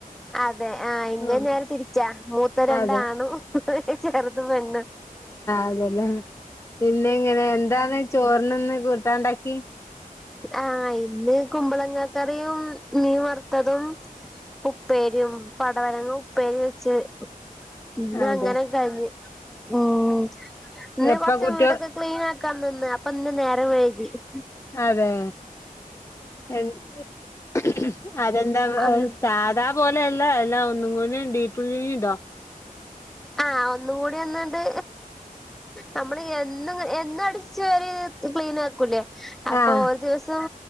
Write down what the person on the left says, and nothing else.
ആഹ്
അതെ
അതെല്ലേ പിന്നെയെങ്ങനെ എന്താണ് ചോറിന്ന്ഇന്കൂട്ടാനുണ്ടാക്കി
അതെ
എപ്പ കുട്ടികൾ
അതേ <unintelligible> അതെന്താ
സാധാപോലെ ഇല്ലല്ലയെല്ലാം ഒന്നുംകൂടി ഡീപ്പ് <unintelligible> ചെയ്തോ
ആഹ്